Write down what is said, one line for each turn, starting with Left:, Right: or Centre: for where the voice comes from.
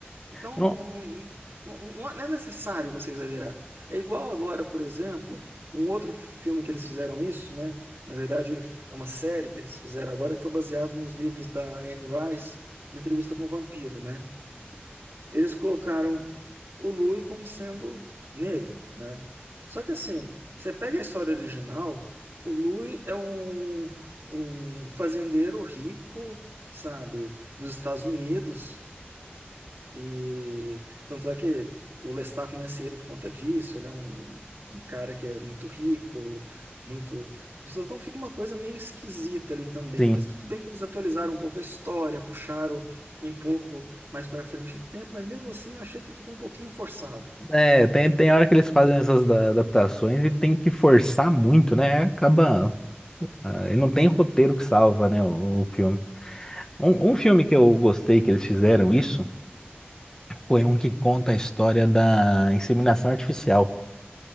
Right: Então,
Left: Não,
Right: não, não, não- não é necessário você exagerar. É igual agora, por exemplo, um outro filme que eles fizeram isso, né? Na verdade, é uma série que eles fizeram agora que foi baseado nos livros da Anne Rice, de Entrevista com o Vampiro, né? eles colocaram o Louis como sendo negro, né? Só que assim, você pega a história original, o Louis é um, um fazendeiro rico, sabe, dos Estados Unidos. E tanto é que o Lestat conhece ele por conta disso. Ele é um, um cara que é muito rico, muito. Então fica uma coisa meio esquisita ali também,
Left: sim.
Right: mas tudo bem que eles atualizaram um pouco a história, puxaram um pouco mais para frente o tempo, mas mesmo assim eu achei que ficou um pouquinho forçado.
Left: É, tem, tem hora que eles fazem essas da- adaptações e tem que forçar muito, né? Acaba. ah, Ele não tem roteiro que salva, né? O, o filme. Um, um filme que eu gostei que eles fizeram isso foi um que conta a história da inseminação artificial.